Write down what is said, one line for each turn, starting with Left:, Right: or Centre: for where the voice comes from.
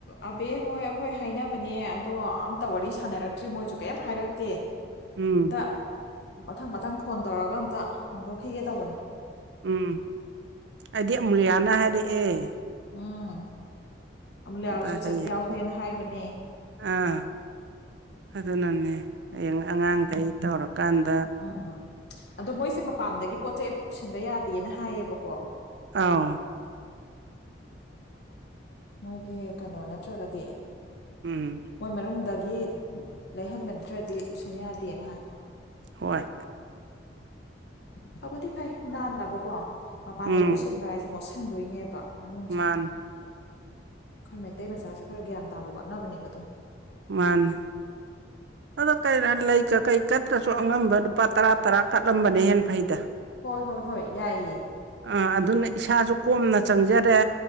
Left: ꯑꯕꯦ ꯍꯣꯏ ꯍꯣꯏ ꯍꯥꯏꯅꯕꯅꯦ ꯑꯗꯣ ꯑꯝꯇ ꯋꯥꯔꯤ ꯁꯥꯟꯅꯔꯛꯇ꯭ꯔꯤ ꯃꯣꯏꯁꯨ ꯀꯩꯝ ꯍꯥꯏꯔꯛꯇꯦ
Right: ꯎꯝ
Left: ꯑꯝꯇ ꯃꯊꯪ ꯃꯊꯪ ꯐꯣꯟ ꯇꯧꯔꯒ ꯑꯝꯇ ꯍꯪꯗꯣꯛꯈꯤꯒꯦ ꯇꯧꯕꯅꯤ
Right: ꯎꯝ ꯑꯩꯗꯤ ꯑꯃꯨꯂꯤꯌꯥꯂꯤꯅ ꯍꯥꯏꯔꯛꯑꯦ
Left: ꯎꯝ ꯑꯃꯨꯂꯤꯌꯥ
Right: ꯑꯝꯇ
Left: ꯍꯣꯏꯁꯨ
Right: ꯍꯌꯦꯡ
Left: ꯆꯠ ꯌꯥꯎꯁꯦꯅ ꯍꯥꯏꯕꯅꯦ
Right: ꯑꯥ ꯑꯗꯨꯅꯅꯦ ꯍꯌꯦꯡ ꯑꯉꯥꯡꯈꯩ ꯇꯧꯔ ꯀꯥꯟꯗ
Left: ꯎꯝ ꯑꯗꯣ ꯃꯣꯏꯁꯦ ꯃꯄꯥꯟꯗꯒꯤ ꯄꯣꯠ ꯆꯩ ꯑꯃꯠꯇ ꯄꯨꯁꯟꯕ ꯌꯥꯗꯦꯅ ꯍꯥꯏꯌꯦꯕꯀꯣ
Right: ꯑꯧ
Left: ꯃꯣꯏꯒꯤ ꯀꯩꯅꯣ ꯅꯠꯇ꯭ꯔꯒꯗꯤ
Right: ꯎꯝ
Left: ꯃꯣꯏ ꯃꯅꯨꯡꯗꯒꯤ ꯂꯩꯍꯟꯕ ꯅꯠꯇꯔꯗꯤ ꯄꯨꯁꯟ ꯌꯥꯗꯦꯅ ꯍꯥꯏ
Right: ꯍꯣꯏ
Left: ꯐꯕꯨꯗꯤ ꯐꯩ ꯅꯥꯟꯅꯕꯀꯣ ꯃꯄꯥꯟꯗꯩ
Right: ꯎꯝ
Left: ꯄꯨꯁꯤꯟꯕ ꯍꯥꯏꯁꯦ ꯃꯣꯠꯁꯤꯟꯗꯣꯏꯅꯦꯕ ꯃꯅꯨꯡꯁꯦ
Right: ꯃꯥꯅꯤ
Left: ꯑꯩꯈꯣꯏ ꯃꯩꯇꯩ ꯃꯆꯥꯁꯦ ꯈꯔ ꯒ꯭ꯌꯥꯟ ꯇꯥꯕ ꯋꯥꯠꯅꯕꯅꯦꯕ ꯑꯗꯨꯝ
Right: ꯃꯥꯅꯦ ꯑꯗꯣ ꯀꯩꯗ ꯂꯩ ꯀꯥꯀꯩ ꯀꯠꯇꯔꯁꯨ ꯑꯉꯝꯕ ꯂꯨꯄꯥ ꯇꯔꯥ ꯇꯔꯥ ꯀꯠꯂꯝꯕꯅꯦ ꯍꯦꯟ ꯐꯩꯗ
Left: ꯍꯣꯏ ꯍꯣꯏ ꯍꯣꯏ ꯌꯥꯏꯌꯦ
Right: ꯑꯥ ꯑꯗꯨꯅ ꯏꯁꯥꯖꯨ ꯀꯣꯝꯅ ꯆꯪꯖꯔꯦ